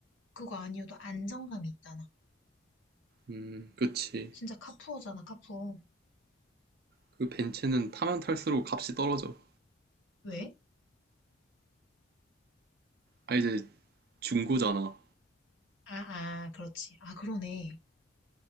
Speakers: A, on the left; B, on the right.
A: 그거 아니어도 안정감이 있잖아.
B: 음, 그치.
A: 진짜 카푸어잖아, 카푸어.
B: 그 벤츠는 타면 탈수록 값이 떨어져.
A: 왜?
B: 아, 이제 중고잖아.
A: 아, 아, 그렇지. 아, 그러네.